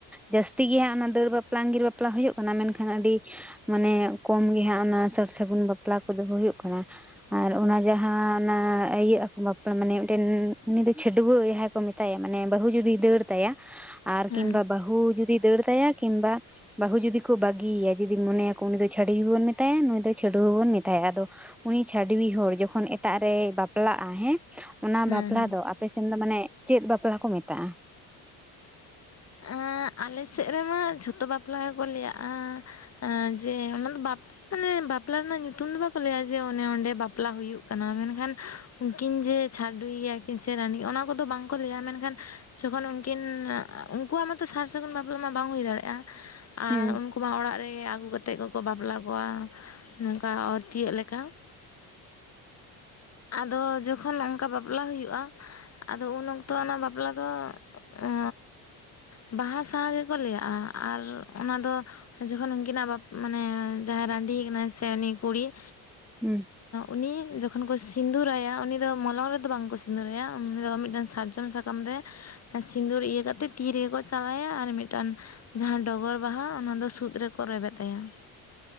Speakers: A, in the centre; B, on the left.
A: ᱡᱟᱹᱥᱛᱤ ᱜᱮ ᱦᱟᱸᱜ ᱚᱱᱟ ᱫᱟᱹᱲ ᱵᱟᱯᱞᱟ ᱟᱸᱜᱤᱨ ᱵᱟᱯᱞᱟ ᱠᱚ ᱦᱩᱭᱩᱜ ᱠᱟᱱᱟ, ᱢᱮᱱᱠᱷᱟᱱ ᱟᱹᱰᱤᱼᱼ ᱢᱟᱱᱮ ᱠᱚᱢ ᱜᱮ ᱦᱟᱸᱜ ᱚᱱᱟ ᱥᱟᱨ ᱥᱟᱹᱜᱩᱱ ᱵᱟᱯᱞᱟ ᱠᱚᱫᱚ ᱦᱩᱭᱩᱜ ᱠᱟᱱᱟ ᱾ ᱟᱨ ᱚᱱᱟ ᱡᱟᱦᱟᱸ ᱚᱱᱟ ᱤᱭᱟᱹᱜ ᱟᱠᱚ ᱵᱟᱯᱞᱟ ᱢᱟᱱᱮ ᱼᱼ ᱩᱱᱤ ᱫᱚ ᱪᱷᱟᱹᱰᱩᱣᱟᱹᱜ ᱡᱟᱦᱟᱸᱭ ᱠᱚ ᱢᱮᱛᱟᱭᱟ ᱢᱟᱱᱮ ᱵᱟᱹᱦᱩ ᱡᱩᱫᱤᱭ ᱫᱟᱹᱲ ᱛᱟᱭᱟ ᱟᱨ ᱠᱤᱝᱵᱟ
B: ᱦᱮᱸ
A: ᱵᱟᱹᱼᱼ ᱦᱩ ᱡᱩᱫᱤ ᱫᱟᱹᱲ ᱛᱟᱭᱟ ᱠᱤᱝᱵᱟᱼᱼ ᱵᱟᱹᱦᱩ ᱡᱩᱫᱤ ᱠᱚ ᱵᱟᱹᱜᱤᱭᱟ ᱡᱩᱫᱤᱢ ᱢᱚᱱᱮᱭᱟᱠᱚ ᱩᱱᱤ ᱫᱚ ᱪᱷᱟᱹᱰᱣᱤ ᱵᱚᱱ ᱢᱮᱛᱟᱭᱟ ᱱᱩᱭ ᱫᱚ ᱪᱷᱟᱹᱰᱣᱟᱹ ᱵᱚᱱ ᱢᱮᱛᱟᱭᱟ ᱟᱫᱚᱼᱼ ᱩᱱᱤ ᱪᱷᱟᱹᱰᱣᱤ ᱦᱚᱲ ᱡᱚᱠᱷᱚᱱ ᱮᱴᱟᱜ ᱨᱮᱭ ᱵᱟᱯᱞᱟᱜᱼᱟ ᱦᱮᱸ᱾ ᱚᱱᱟ
B: ᱦᱮᱸ
A: ᱵᱟᱯᱞᱟ
B: ᱦᱮᱸ
A: ᱫᱚ ᱟᱯᱮᱥᱱ ᱫᱚ ᱢᱟᱱᱮ ᱪᱮᱫ ᱵᱟᱯᱞᱟ ᱠᱚ ᱢᱮᱛᱟᱜᱼᱟ?
B: ᱚ ᱟᱞᱮ ᱥᱮᱫ ᱨᱮᱢᱟ ᱡᱷᱚᱛᱚ ᱵᱟᱯᱞᱟ ᱜᱮᱠᱚ ᱞᱟᱹᱭᱟᱜᱼᱟ ᱾ ᱟᱹ ᱡᱮ ᱚᱱᱟ ᱫᱚ ᱵᱟᱯᱼᱼ ᱢᱟᱱᱮ ᱵᱟᱯᱞᱟ ᱨᱮᱱᱟᱜ ᱧᱩᱛᱩᱢ ᱫᱚ ᱵᱟᱠᱚ ᱞᱟᱹᱭᱟ ᱡᱮ ᱚᱱᱮ ᱚᱸᱰᱮ ᱵᱟᱯᱞᱟ ᱦᱩᱭᱩᱜ ᱠᱟᱱᱟ ᱢᱮᱱᱠᱷᱟᱱᱼᱼ ᱩᱱᱠᱤᱱ ᱡᱮ ᱪᱷᱟᱰᱣᱤ ᱜᱮᱭᱟᱠᱤᱱ ᱥᱮ ᱨᱟᱸᱰᱤ ᱚᱱᱟ ᱠᱚᱫᱚ ᱵᱟᱝᱠᱚ ᱞᱟᱹᱭᱟ ᱢᱮᱱᱠᱷᱟᱱᱼᱼ ᱡᱚᱠᱷᱚᱱ ᱩᱱᱠᱤᱱ ᱟᱜ ᱟᱜᱼᱼ ᱩᱱᱠᱩᱣᱟᱜ ᱢᱟᱛᱚ ᱥᱟᱨ ᱥᱟᱹᱜᱩᱱ ᱵᱟᱯᱞᱟ ᱢᱟ ᱵᱟᱝ ᱦᱩᱭ ᱫᱟᱲᱮᱜᱼᱟ, ᱟᱨ
A: ᱦᱩᱸ
B: ᱩᱱᱠᱩ ᱢᱟ ᱚᱲᱟᱜ ᱨᱮ ᱟᱹᱜᱩ ᱠᱟᱛᱮᱫ ᱠᱚᱼᱼ ᱵᱟᱯᱞᱟ ᱠᱚᱣᱟ ᱱᱚᱝᱠᱟ ᱚᱨᱛᱤᱭᱳᱜ ᱞᱮᱠᱟ, ᱚᱠᱼᱼ ᱟᱫᱚ ᱡᱚᱠᱷᱚᱱ ᱱᱚᱝᱠᱟ ᱵᱟᱯᱞᱟ ᱦᱩᱭᱩᱜᱼᱟ ᱼᱼ ᱟᱫᱚ ᱩᱱ ᱚᱠᱛᱚ ᱚᱱᱟ ᱵᱟᱯᱞᱟ ᱫᱚ ᱚᱻ ᱵᱟᱦᱟ ᱥᱟᱶᱦᱟ ᱜᱮᱠᱚ ᱞᱟᱹᱭᱟᱜᱼᱟ ᱟᱨ ᱚᱱᱟ ᱫᱚ ᱼᱼ ᱡᱚᱠᱷᱚᱱ ᱩᱱᱠᱤᱱᱟᱜ ᱵᱟᱯ ᱢᱟᱱᱮ ᱡᱟᱦᱟᱸᱭ ᱨᱟᱺᱰᱤ ᱠᱟᱱᱟᱭ ᱥᱮ ᱩᱱᱤ ᱠᱩᱲᱤᱼᱺ
A: <unintelligible>
B: ᱩᱱᱤ ᱡᱚᱠᱷᱚᱱ ᱠᱚ ᱥᱤᱸᱫᱩᱨᱟᱭᱟ ᱩᱱᱤ ᱫᱚ ᱢᱚᱞᱚᱝ ᱨᱮᱫᱚ ᱵᱟᱝᱠᱚ ᱥᱤᱸᱫᱩᱨᱟᱭᱟ ᱩᱱᱤ ᱫᱚ ᱢᱤᱫᱴᱮᱱ ᱥᱟᱨᱡᱚᱢ ᱥᱟᱠᱼᱼ ᱠᱟᱢᱨᱮ ᱥᱤᱸᱫᱩᱨ ᱤᱭᱟᱹ ᱠᱟᱛᱮᱫᱼᱼ ᱛᱤ ᱨᱮᱜᱮ ᱠᱚ ᱪᱟᱞᱟᱭᱟ ᱟᱨ ᱢᱤᱫᱴᱟᱱ ᱡᱟᱦᱟᱸ ᱰᱚᱜᱚᱨ ᱵᱟᱦᱟ ᱚᱱᱟ ᱫᱚ ᱥᱩᱫ ᱨᱮᱠᱚ ᱨᱮᱵᱮᱫ ᱟᱭᱟ ᱾